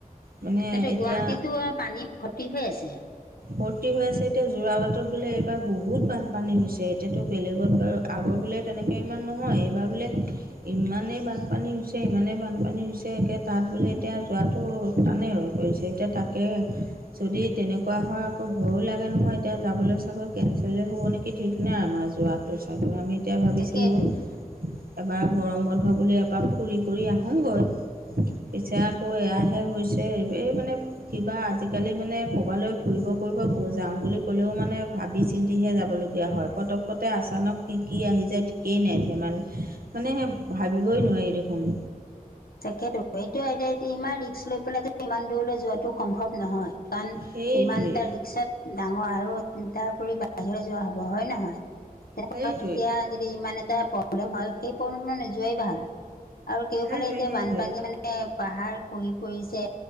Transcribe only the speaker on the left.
তাতে
গুৱাহাটীতো পানী ভৰ্তি হৈ আছে।
তাকেইতো।
তাকেতো, এইটো এতিয়া ইমান ৰি ৰিক্স লৈ পেলাই ইমান দূৰলৈ যোৱাটো সম্ভৱ নহয় কাৰণ
ইমান এটা ৰিক্সাত ডাঙৰ আৰু তাৰ উপৰি বাহিৰলৈ যোৱা হ'ব হয় নহয়?
তেতিয়া যদি ইমান এটা প্ৰব্লেম হয় সেই প্ৰব্লেমত নোযোৱাই ভাল। আৰু কেউফালে
এতিয়া
বানপানী মানে পাহাৰ খহি পৰিছে,